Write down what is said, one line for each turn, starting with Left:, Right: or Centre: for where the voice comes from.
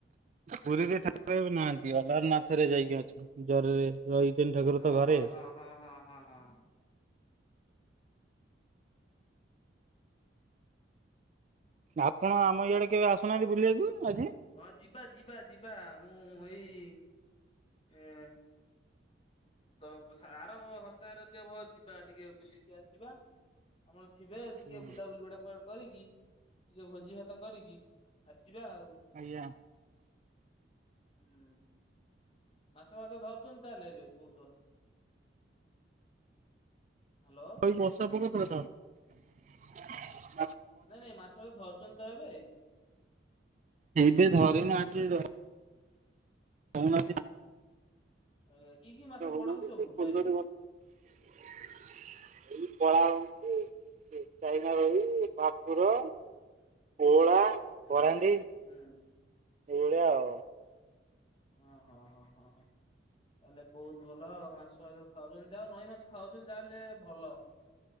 Right: ପୁରୀରେ ଠାକୁରଏବେ ନାହାନ୍ତି ଅଲାରନ୍ନାଥ ରେ ଯାଇକି ଅଛନ୍ତି ଜରରେ ରହିଛନ୍ତି ଠାକୁର
Left: ହଁ
Right: ତ ଘରେ
Left: ହଁ ହଁ ହଁ ହଁ ହଁ ହଁ।
Right: ଆପଣ ଆମ ଇଆଡେ କେବେ ଆସୁନାହାନ୍ତି ବୁଲିବାକୁ ଆଜି?
Left: ହଁ ଯିବା ଯିବା ଯିବା ମୁଁ ଏଇ ଏ ତ ସାର ହପ୍ତାହରେ ଯଦି ହବ ଯିବା ଟିକେ ବୁଲିକି ଆସିବା। ଆପଣ ଥିବେ ଟିକେ
Right: ହଁ
Left: ବୁଲାବୁଲି ଗୋଟା କୁଆଡେ କରିକି ଟିକେ ଭୋଜି ଭାତ କରିକି ଆସିବା ଆଉ।
Right: ଆଜ୍ଞା
Left: ହୁଁ। ମାଛ ଫାଛ ଧରୁଚଛନ୍ତି ତାହେଲେ ଏବେ କହୁଚ। ହ୍ୟାଲୋ।
Right: କହିଲି ବର୍ଷା ପକଉଥିଲା ନା?
Left: ନାଇଁ ନାଇଁ ମାଛ <unintelligible> ଧରୁଚନ୍ତି ତ ଏବେ?
Right: ଏବେ ଧରିନୁ ଆଜି ଧ <unintelligible>
Left: ଆଜ୍ଞା କି କି ମାଛ
Right: ହଉନାହାନ୍ତି
Left: ପଡନ୍ତି ସବୁ
Right: ସେ
Left: ନଈରେ?
Right: <unintelligible> ଚାଇନା ରୋହି, ଭାକୁର, ପୋହଳା।
Left: ହୁଁ
Right: କରାଣ୍ଡି ଏଇଭଳିଆ
Left: ହୁଁ
Right: ଆଉ।
Left: ହଁ ହଁ ହଁ ହଁ ହଁ। ତାହେଲେ ବହୁତ ଭଲ ଆଉ ମାଛ ମା ଖାଉଚନ୍ତି ଯା ହଉ ନଈ ମାଛ ଖାଉଚନ୍ତି ଯାହେଲେ ଭଲ।